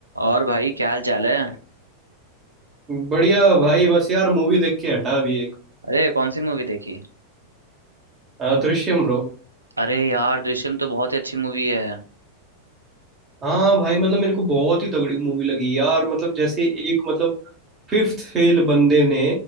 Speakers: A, on the right (about 80°); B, on the right (about 25°).
A: और भाई क्या हाल चाल है
B: बढ़िया भाई बस यार मूवी देख के हटा अभी एक
A: अरे कौन सी मूवी देखी
B: हाँ दृश्यम ब्रो
A: अरे यार दृश्यम तो बहुत ही अच्छी मूवी है
B: हाँ भाई मतलब मेरे को बहुत ही तगड़ी मूवी लगी यार मतलब जैसे एक मतलब फिफ्थ फेल बंदे ने